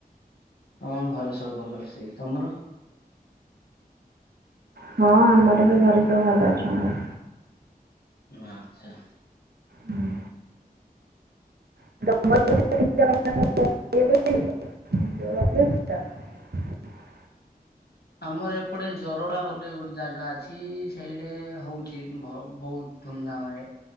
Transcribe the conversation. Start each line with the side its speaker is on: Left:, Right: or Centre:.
Left: ହଁ ଘରେ ସବୁ ଭଲ ଅଛି ତମର?
Right: ହଁ ଆମର ବି ଘରେ ସବୁ ଭଲ ଅଛନ୍ତି।
Left: ଆଚ୍ଛା।
Right: ହୁଁ। <unintelligible> <unintelligible>
Left: ଆମର ଏପଟେ ଜରଡ଼ା ଗୋଟେ ଗୋଟେ ଜାଗା ଅଛି ସେଇଟେ ହଉଛି ଭ ବହୁତ୍ ଧୁମଧାମ୍ ରେ